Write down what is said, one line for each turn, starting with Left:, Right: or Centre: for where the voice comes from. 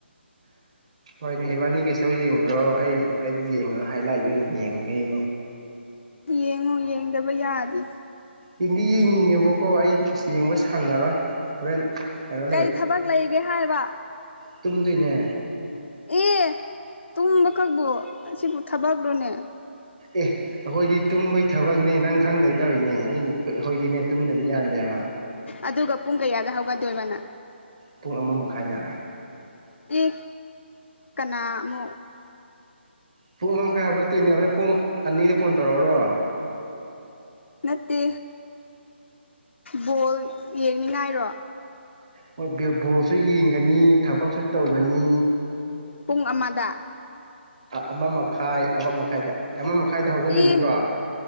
Right: ꯍꯣꯏꯅꯦ ꯏꯕꯥꯅꯤꯒꯤꯁꯨꯔ ꯌꯦꯡꯈ꯭ꯔꯣ ꯑꯩ ꯑꯩꯗꯤ ꯌꯦꯡꯉꯣ ꯍꯥꯏ ꯂꯥꯏꯠ ꯑꯣꯏꯅ ꯌꯦꯡꯉꯒꯦ
Left: ꯌꯦꯡꯉꯨ ꯌꯦꯡꯗꯕ ꯌꯥꯗꯦ
Right: ꯌꯦꯡꯗꯤ ꯌꯦꯡꯅꯤꯡꯉꯦꯕꯀꯣ ꯑꯩ ꯌꯦꯡꯕ ꯁꯪꯉꯔꯣꯏ ꯍꯣꯔꯦꯟ ꯀꯩꯅꯣ
Left: ꯀꯩ ꯊꯕꯛ ꯂꯩꯒꯦ ꯍꯥꯏꯕ
Right: ꯇꯨꯡꯗꯤꯟꯅ
Left: ꯑꯦ ꯇꯨꯝꯕ ꯀꯛꯕꯣ ꯁꯤꯕꯨ ꯊꯕꯥꯛꯂꯣꯅꯦ
Right: ꯑꯦ ꯑꯩꯈꯣꯏꯗꯤ ꯇꯨꯝꯕꯩ ꯊꯕꯛꯅꯦ ꯅꯪ ꯈꯪꯗꯩ ꯇꯧꯔꯤꯅꯦ ꯑꯩ ꯍ ꯍꯣꯏꯗꯤꯅꯦ ꯇꯨꯝꯅꯗꯤ ꯌꯥꯟꯗꯦꯕ
Left: ꯑꯗꯨꯒ ꯄꯨꯡ ꯀꯌꯥꯗ ꯍꯧꯒꯠꯗꯣꯏꯕ ꯅꯪ
Right: ꯄꯨꯡ ꯑꯃ ꯃꯈꯥꯏꯇ
Left: ꯌꯦ ꯀꯅ ꯑꯃꯨꯛ
Right: ꯄꯨꯡ ꯑꯃ ꯃꯈꯥꯏ ꯑꯃꯨꯛꯀ ꯇꯨꯅꯦꯅꯤꯅ ꯄꯨꯡ ꯑꯅꯤꯗ ꯐꯣꯟ ꯇꯧꯔꯛꯎꯔꯣ
Left: ꯅꯠꯇꯦ ꯕꯣꯜ ꯌꯦꯡꯅꯤꯉꯥꯏꯔꯣ
Right: ꯃꯣꯏ ꯕꯣꯜꯁꯨ ꯌꯦꯡꯒꯅꯤ ꯊꯕꯛꯁꯨ ꯇꯧꯒꯅꯤ
Left: ꯄꯨꯡ ꯑꯃꯗ
Right: ꯑꯃ ꯃꯈꯥꯏ ꯑꯃ ꯃꯈꯥꯏꯗ ꯑꯃ ꯃꯈꯥꯏꯗ ꯍꯧꯒꯠꯂꯅꯤꯀꯣ
Left: ꯏ